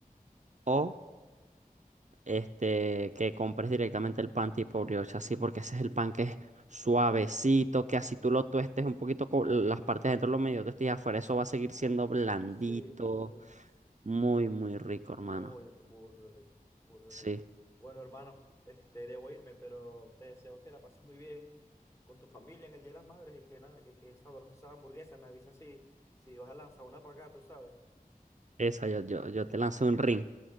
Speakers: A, on the right (about 55°); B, on the left (about 20°).
A: o este que compres directamente el pan tipo brioche así porque ese es el pan que es suavecito, que así tú lo tuestes un poquito con las partes de dentro lo medio tuestes y afuera eso va a seguir siendo blandito,
B: sí, uf.
A: muy muy rico,
B: Muy
A: hermano.
B: burde rico, burde
A: Sí.
B: rico. Bueno, hermano, este, debo irme, pero te deseo que la pases muy bien con tu familia en el Día de las Madres y que nada, que queden sabrosas esas hamburguesas. Me avisa si, si vas a lanzar una para acá, tú sabes.
A: Esa, yo, yo, yo te lanzo un ring.